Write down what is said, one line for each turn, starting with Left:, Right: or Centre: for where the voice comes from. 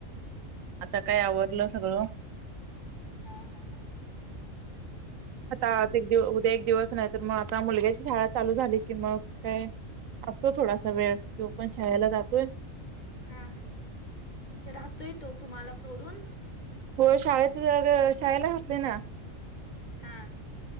Right: आता काय आवरलं सगळं
Left: हा हा
Right: आता आज एक दिवस, उद्या एक दिवस नाही तर मग आता मुलग्याची शाळा चालू झाली की मग काय असतो थोडासा वेळ तो पण शाळेला जातोय.
Left: हा राहतोय तो तुम्हाला सोडून
Right: होय शाळेच शाळेला घातलंय ना
Left: हां